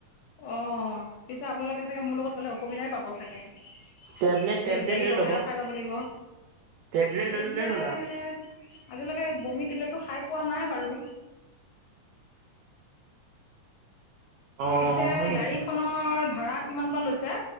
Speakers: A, on the left; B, on the right.
A: অ', পিছে আপোনালোকে চাগে মোৰ লগত গ'লে অসুবিধাই পাব চাগে? যিহেতু
B: টেবলেট টেবলেট
A: গাড়ী
B: লৈ
A: ৰখাই
B: ল'ব
A: ৰখা যাব লাগিব,
B: টেবলেট
A: টেবলেট
B: লৈ ল'লে হ'ল আৰু
A: আজিলৈকে বমি টেবলেটটো খাই পোৱা নাই বাৰু।
B: অ
A: পিছে
B: হয় নেকি?
A: গাড়ীখনৰ ভাড়া কিমান বা লৈছে?